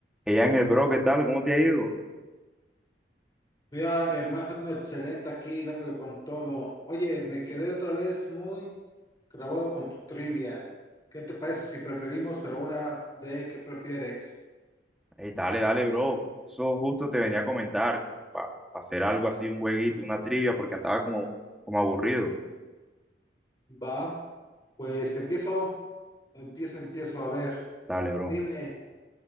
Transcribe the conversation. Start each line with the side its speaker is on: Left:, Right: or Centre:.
Centre: Ella en el bro, ¿qué tal? ¿Cómo te ha ido?
Left: Mira, hermano, excelente aquí, dándole con todo. Oye, me quedé otra vez muy grabado con tu trivia. ¿Qué te parece si preferimos, pero una de qué prefieres?
Centre: Ey, dale, dale, bro. Eso justo te venía a comentar, para hacer algo así, un jueguito, una trivia, porque andaba como, como aburrido.
Left: Va, pues empiezo, empiezo, empiezo. A ver,
Centre: Dale, bro.
Left: dime,